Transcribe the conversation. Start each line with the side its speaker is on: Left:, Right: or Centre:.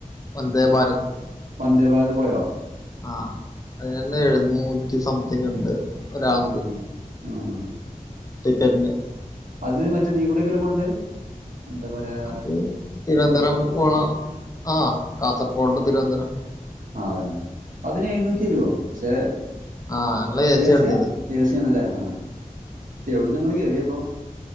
Left: വന്ദേഭാരത്
Right: വന്ദേഭാരത് പോയോ
Left: ആഹ് അതിനാത്തെഴുന്നൂറ്റി
Right: ആഹ്
Left: സംത്ങ്ങ്ണ്ട് ഒരാൾക്ക്
Right: ആഹ് ആഹ്
Left: ടിക്കറ്റ്ന്
Right: അത് മറ്റേ ദീകൂട്ക്കെല്ലേപോണ്ട് എന്താ പറയാ
Left: അത് തിര്വൻന്തരം
Right: എന്താ
Left: പോണ ആഹ് കാസർകോട്ട് തിര്വൻന്തരം
Right: ആഹ് അതന്നെ അതിന് എഴുന്നൂറ്റി വര്വൊ പഷേ
Left: ആ ഞങ്ങള് എ
Right: ഏസിയാ
Left: സി എടുത്തിരുന്നു
Right: ഏസിയാണല്ലേ ആഹ് എവിട്ന്നാങ്ങള് കേറിയപ്പോ